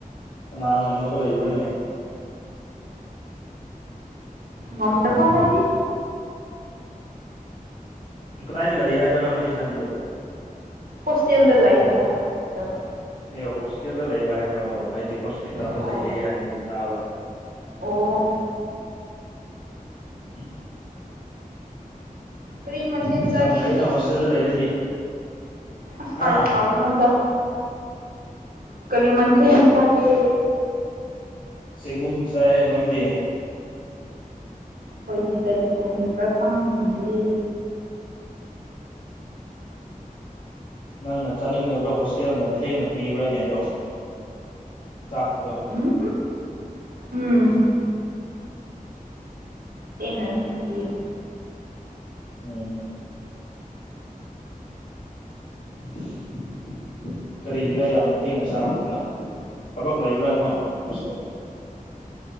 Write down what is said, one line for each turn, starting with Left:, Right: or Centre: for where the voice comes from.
Left: ꯀꯅꯥ ꯉꯝꯗꯕ ꯂꯩꯕ꯭ꯔꯅꯦ
Right: ꯉꯝꯗꯧꯕ ꯍꯥꯏꯗꯤ
Left: ꯀꯗꯥꯏꯗ ꯂꯩ ꯍꯥꯏꯕꯅ ꯍꯧꯖꯤꯛ ꯍꯥꯏꯕꯗꯣ
Right: ꯍꯣꯁꯇꯦꯜꯗ ꯂꯥꯛꯕ ꯍꯥꯏꯕ ꯍꯣꯁꯇꯦꯜꯗ
Left: ꯑꯦ ꯍꯣꯁꯇꯦꯜꯗ ꯂꯩꯕ ꯍꯥꯏꯕ꯭ꯔꯥ ꯑꯣ ꯑꯩꯗꯤ ꯍꯣꯁꯄꯤꯇꯥꯜꯗ
Right: ꯑꯣ
Left: ꯂꯩꯕ ꯍꯥꯏꯅꯒꯨꯝ ꯇꯥꯕ
Right: ꯑꯣ
Left: ꯎꯝ
Right: ꯀꯔꯤ ꯃꯊꯦꯜ ꯆꯥꯒꯦ
Left: ꯌꯥꯝ ꯐꯩꯅ
Right: ꯉꯁꯤꯗꯤ
Left: ꯍꯣꯁꯇꯦꯜꯗ ꯂꯩꯔꯗꯤ
Right: ꯑꯁꯀꯥꯏ
Left: ꯍꯥ
Right: ꯈꯥꯕꯅꯗ ꯀꯔꯤ ꯃꯊꯦ ꯏꯗꯑꯒꯦ
Left: ꯆꯦꯡꯒꯨꯝ ꯆꯥꯏꯑꯦ ꯅꯣꯏꯗꯤ
Right: ꯑꯩꯈꯣꯏꯗꯤ ꯀꯔꯤ ꯊꯣꯡꯂꯤꯕ꯭ꯔꯥ ꯈꯪꯗ꯭ꯌꯦ
Left: ꯅꯪꯅ ꯆꯥꯅꯤꯡꯗꯕ꯭ꯔꯥ ꯍꯣꯁꯇꯦꯜꯅ ꯊꯦꯡꯅ ꯄꯤꯕ꯭ꯔꯥꯅꯦ ꯑꯗꯣ ꯆꯥꯛꯇꯣ
Right: ꯎꯝ ꯎꯝ ꯊꯦꯡꯅ ꯑꯗꯨꯝ ꯄꯌꯦ
Left: ꯎꯝ <unintelligible> ꯀꯔꯤꯒꯤꯔꯥ ꯌꯥꯝꯅ ꯊꯦꯡꯅ ꯆꯥꯕꯗꯨꯅ ꯊꯕꯛ ꯂꯩꯔꯨꯔꯥꯅ ꯍꯣꯏ ꯍꯁꯦꯜ